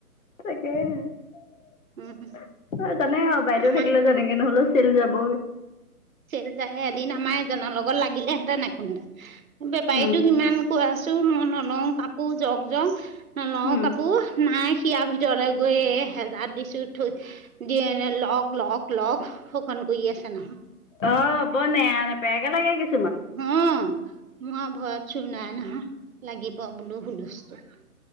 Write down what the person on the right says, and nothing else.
উম
আমাৰ
চেল যাই এদিন আমাৰ এজনৰ লগত লাগিলে হেহতে নখুন্দা বেপাৰীতো
কিমান কোৱা মই নলওঁ কাপোৰ যক জক নলওঁ
কাপোৰ নাই। শিয়াৰ ভিতৰলৈ গৈ হেজাৰ দিছো। থ দিয়ে ল লগ লগ ফুখন গৈ আছো নহয়
হম মই ভয়ৰত চো নাই নহয়। লাগিব বোলো হুলস্থল